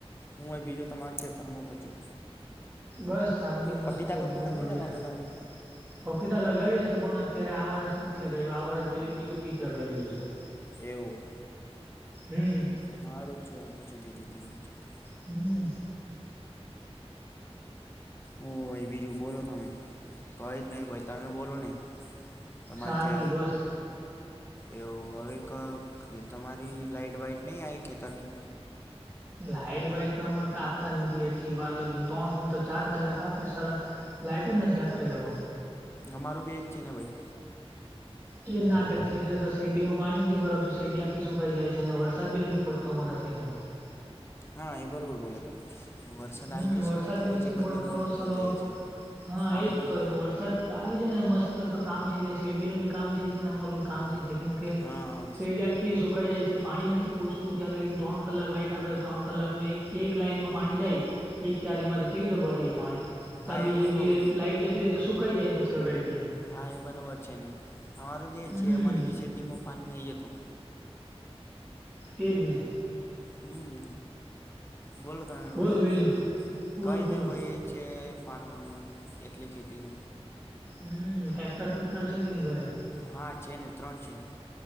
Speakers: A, on the left (about 25°); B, on the right (about 20°).
A: હું હે બીજું તમારા ખેતરમાં પછી?
B: બસ શાંતિ મસ્ત
A: પપીતા
B: એકદમ
A: પપીતા નહીં
B: બઢિયાં.
A: લગાવતા તમે
B: <unintelligible> લગાવીએ છીએ, પણ અત્યારે આ વર્ષ નથી લગાવ્યું, આ વર્ષ જીરીક બીજું કીક લગાવી દીધું છે.
A: એવું.
B: હમ
A: મારું જ છેને પછી બીજું <unintelligible>
B: હમ્મ.
A: ઓ ભાઈ બીજું બોલો તમે, કહે જ નહીં ભાઈ તમે બોલો ને. તમારી
B: શાંતિ
A: કે.
B: બસ
A: એવું હવે તમારી લાઈટ વાઈટ નહી આવે ખેતરની?
B: લાઈટ વાાઈટ તો અમારે તો આપતા જ નથી એટલી વાર લગીને ત્રણ ની તો ચાર કલાક આપી સલા. લાઈટર નથી આપતો લેવો.
A: અમારું બી એજ છે ને ભાઈ.
B: એ જ નાટક છે. એટલે તો શેરડી માં પાણી નથી ભરાતું. શેરડી આખી સુકાઈ જાય છે. અને વરસાદ બી નથી પડતો અમારા. <unintelligible>
A: હા એ બરોબર બોલે તો. વરસાદ
B: હમ
A: આવી જશે
B: વરસાદ
A: ને તો
B: બી
A: પછી
B: નથી
A: એ બને
B: પડતો
A: મોટર
B: સાલો
A: બંધ થઈ જશે.
B: હા એજ
A: બોલો
B: તો.
A: ને.
B: વરસાદ આવી જાય ને મસ્ત. તો કામ થઈ જાય, શેરડી નનું બી કામ થઈ જાય, અને અમારું કામ થઈ જાય. કેમ કે
A: હા
B: શેરડી આખી સુંકાઈ જાય છે. પાણી નથી પોહચતું ત્યાં લાગીને ત્રણ કલાક લાઈટ આવે. ત્રણ કલાકમાં એક લાઈનમાં પાણી જાય. એક ચારી માં તો કેવી રીતે ભરાય પાણી.
A: હા
B: તો બીજી
A: એ બરોબર
B: જગ્યાએ લાઈટ જતી રે તો શ કઈ જાય પછી ગાડી.
A: હા! એ બરોબર છે ને, અમારું બી એ
B: હમ
A: છે, અમારી બી શેરડીમાં પાણી નહી જતું.
B: કેજ ને.
A: હમ બોલો તમે ભાઈ,
B: બોલો બીજું બોલો
A: કઈ
B: બોલો
A: ને ભાઈ એ છે. ફાર્મર નું એટલે ખેતી ન
B: હમ ટટેક્ટર ટુક્ટર છે કે ન ઘરે?
A: હા છે ને ત્રણ છે.